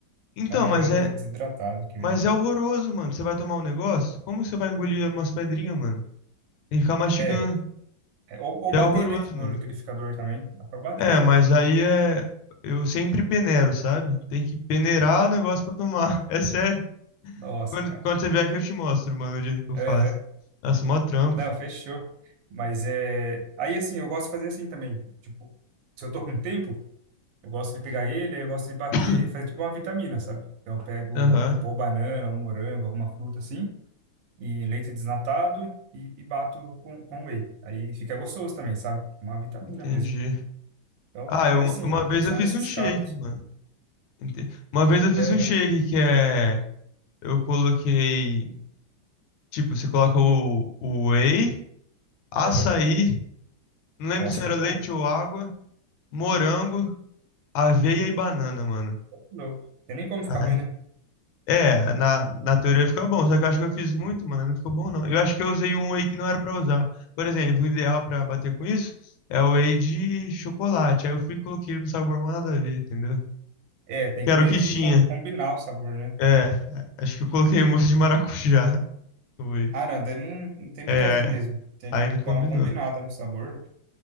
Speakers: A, on the left; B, on the right.
A: Então,
B: É um
A: mas
B: morango
A: é,
B: desidratado que vem.
A: Mas é horroroso, mano. Você vai tomar um negócio? Como você vai engolir umas pedrinhas, mano? Tem que ficar mastigando.
B: É, É, Ou, ou
A: E
B: bater,
A: é horroroso,
B: né? No
A: mano.
B: liquidificador também. Dá pra bater
A: É,
B: ele.
A: mas aí é. Eu sempre peneiro, sabe? Tem que peneirar o negócio pra tomar. <laughs> É sério.
B: Nossa,
A: Quando,
B: cara.
A: quando você vier aqui, eu te mostro, mano, o jeito que eu
B: Aham.
A: faço. Nossa, mó trampo.
B: Não, fechou. Mas é. Aí assim, eu gosto de fazer assim também. Tipo, se eu tô com tempo, eu gosto de pegar ele, aí eu gosto de bater,
A: <coughs>
B: fazer tipo uma vitamina, sabe? Então eu pego,
A: Aham,
B: tipo, ou banana, ou morango, alguma fruta assim, e leite desnatado e, e bato com, com whey. Aí fica gostoso também, sabe? Uma vitamina
A: entendi.
B: mesmo. Então,
A: Ah, eu,
B: mas assim,
A: uma vez
B: só
A: eu fiz
B: nesses
A: um shake,
B: casos.
A: mano. Ente- Uma vez eu fiz
B: Aham,
A: um shake que é. Eu coloquei. Tipo, você coloca o, o whey, açaí.
B: aham.
A: Não lembro
B: Nossa,
A: se era
B: aí é
A: leite
B: bom.
A: ou água, morango, aveia e banana, mano.
B: Louco. Tem nem como ficar
A: Ai.
B: ruim, né?
A: É, na, na teoria fica bom, só que eu acho que eu fiz muito, mano, não ficou bom não. Eu acho que eu usei um whey que não era pra usar. Por exemplo, o ideal pra bater com isso é o whey de chocolate. Aí eu fui e coloquei no sabor mal nada a ver, entendeu?
B: É, tem
A: Porque
B: que
A: era
B: meio
A: o que
B: que
A: tinha.
B: com- combinar o sabor, né?
A: É, acho que eu coloquei mousse de maracujá <laughs> no whey.
B: Ah, não, daí não, não tem muito
A: É,
B: a ver mesmo. Tem
A: aí
B: que
A: não combinou.
B: dar uma combinada no sabor.